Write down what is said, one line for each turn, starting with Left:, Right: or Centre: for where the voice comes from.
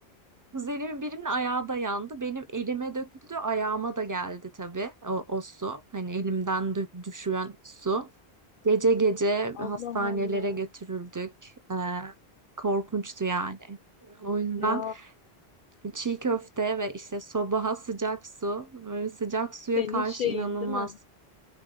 Right: Kuzenimin birinin ayağı da yandı. Benim elime döküldü, ayağıma da geldi tabii o, o su. Hani elimden dö- düşen su. Gece gece hastanelere
Left: Allah Allah.
Right: götürüldük. Ee, korkunçtu yani. O yüzden
Left: Ya
Right: çiğ köfte ve işte sobaha sıcak su, böyle sıcak suya
Left: senin
Right: karşı
Left: şeyin
Right: inanılmaz.
Left: değil mi?